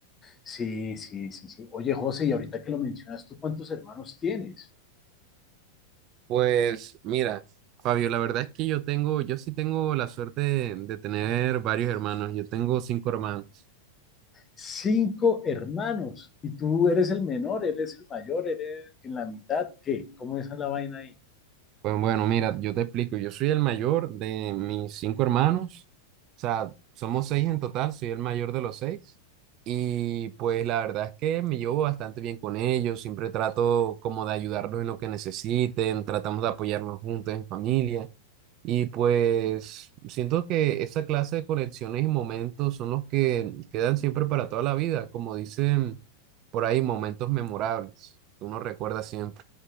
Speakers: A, on the left; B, on the right.
A: Sí, sí, sí, sí. Oye, José, y ahorita que lo mencionas, ¿tú cuántos hermanos tienes?
B: Pues mira, Fabio, la verdad es que yo tengo, yo sí tengo la suerte de, de tener varios hermanos. Yo tengo cinco hermanos.
A: Cinco hermanos. Y tú eres el menor, eres el mayor, eres en la mitad. ¿Qué? ¿Cómo es la vaina ahí?
B: Pues bueno, mira, yo te explico. Yo soy el mayor de mis cinco hermanos. O sea, somos seis en total, soy el mayor de los seis. Y pues la verdad es que me llevo bastante bien con ellos. Siempre trato como de ayudarlos en lo que necesiten, tratamos de apoyarnos juntos en familia. Y pues siento que esa clase de conexiones y momentos son los que quedan siempre para toda la vida, como dicen por ahí, momentos memorables que uno recuerda siempre.